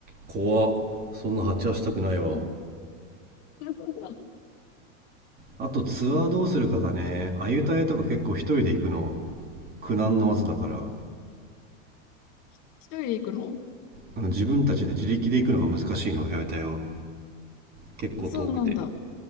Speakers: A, on the right; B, on the left.
A: 怖っそんな鉢合わせたくないわ
B: そうそ
A: あとツアーどうするかだねアユタヤとか結構一人で行くの
B: う
A: 苦難の技だから
B: <laughs> 一人で行くの
A: あの自分たちで自力で行くのが難しいのアユタヤは結構遠くて
B: あ、そうなんだ。